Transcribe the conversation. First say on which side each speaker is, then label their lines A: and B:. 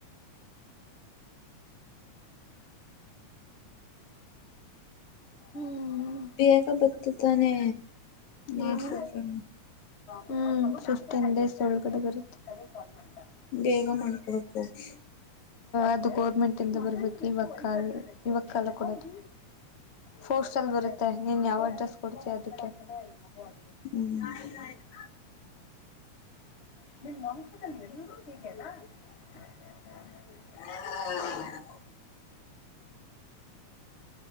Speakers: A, on the left; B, on the left.
A: ಹ್ಮ್
B: ಬೇಗ ಬತ್ತು ತಾನೆ ಮಾಡ್ಸಿದ್ರ.
A: ಏನು ಹ್ಮ್ ಫಿಫ್ಟೀನ್ ಡೇಸ್ ಒಳಗಡೆ ಬರುತ್ತೆ. <unintelligible>
B: ಬೇಗ ಮಾಡಿ ಕೊಡೋಕೆ ಹೋಗಿ
A: ಅದು ಗೌರ್ಮೆಂಟಿಂದ ಬರಬೇಕು ಇವಾಗ ಕಾಲ ಇವಾಗ ಕಾಲ ಕೊಡೋದು. ಫೋಸ್ಟ್ ಅಲ್ ಬರುತ್ತೆ ನೀನ್ ಯಾವ ಅಡ್ರೆಸ್ ಕೊಡ್ತೀಯ ಅದಕ್ಕೆ. ಹ್ಮ್.
B: ಹ್ಮ್
A: <unintelligible>
B: <inaudible>